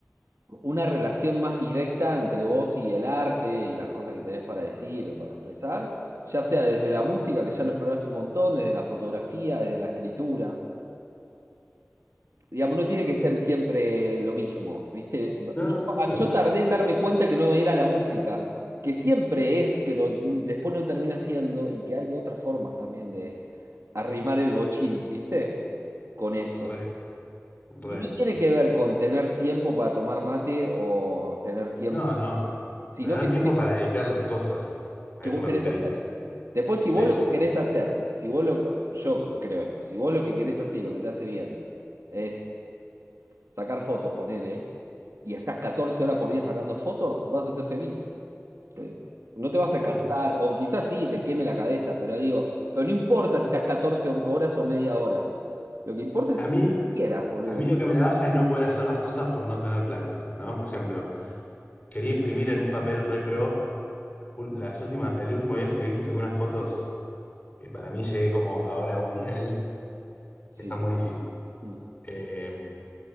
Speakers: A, on the right; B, on the left.
A: una relación más directa entre vos y el arte y las cosas que tenés para decir o para expresar, ya sea desde la música, que ya lo exploraste un montón, desde la fotografía, desde la escritura. Digamos, no tiene que ser siempre lo mismo, ¿viste? Yo,
B: No, no, obvio.
A: ah, yo tardé en darme cuenta que no era la música, que siempre es, pero después no termina siendo, y que hay otras formas también de arrimar el bochín, ¿viste? Con eso.
B: Re,
A: Y
B: re.
A: no tiene que ver con tener tiempo para tomar mate o tener tiempo
B: No, no.
A: sino
B: Tener
A: que tiene
B: tiempo para dedicarle a las cosas. A
A: que
B: eso
A: vos
B: me
A: querés
B: refería.
A: hacer. Después, si
B: Sí.
A: vos lo que querés hacer, si vos lo, yo creo esto, si vos lo que querés hacer, y lo que te hace bien, es sacar fotos, ponele, y estás 14 horas por día sacando fotos, vas a ser feliz. Sí. No te vas
B: Sí.
A: a cansar, o quizás sí, te queme la cabeza, pero digo, pero no importa si estás 14 horas o media hora. Lo que importa es
B: A
A: hacer
B: mí,
A: lo que quieras, boludo.
B: a mí lo que me la baja es no poder hacer las cosas por no tener plata, ¿no? Por ejemplo, quería imprimir en un papel re pro. ul- Las últimas, el último viaje que hice saqué unas fotos que para mí llegué como ahora a un nivel
A: Sí,
B: que están
A: compadre.
B: buenísimas.
A: Mm.
B: Eh,